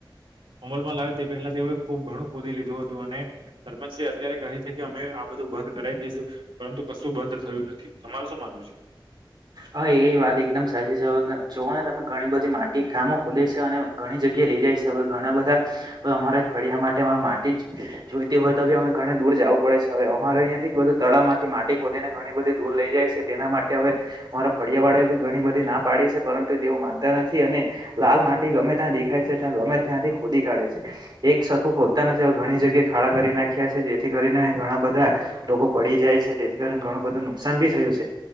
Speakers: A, on the right; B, on the right.
A: અમલમાં લાવે તે પહેલા તેઓએ ખુબ ઘણું ખોદી લીધું હતું અને સરપંચ શ્રી અત્યારે કહે છે કે અમે આ બધું બંધ કરાવી દઈશુ પરંતુ કશું બંધ થયું નથી તમારું શું માનવું છે.
B: હા એ વાત એકદમ સાચી છે હવે જોઓ ને તમે. ઘણી બધી માટી કામો ખોલે છે અને ઘણી જગ્યાએ લઈ જાય છે હવે ઘણા બધા અમારા ફળિયા માટે માટી જોઈતી હોય તો બી અમે ઘણી દૂર જવું પડે છે હવે અમારે અહીંથી બધું તળાવ માંથી માટી ખોદીને ઘણી બધી દૂર લઈ જાય છે તેના માટે હવે અમારા ફડિયા વાળા બી ઘણી બધી ના પાડી છે પરંતુ તેઓ માનતા નથી અને લાલ માટી ગમે ત્યાં દેખાય છે ત્યાં ગમે ત્યાંથી ખોદી કાઢે છે એક સરખું ખોદતા નથી ઘણી જગ્યાએ ખાડા કરી નાખ્યા છે. જેથી કરીને ઘણા બધા લોકો પડી જાય છે જેથી કરીને ઘણું બધું નુકસાન ભી થયું છે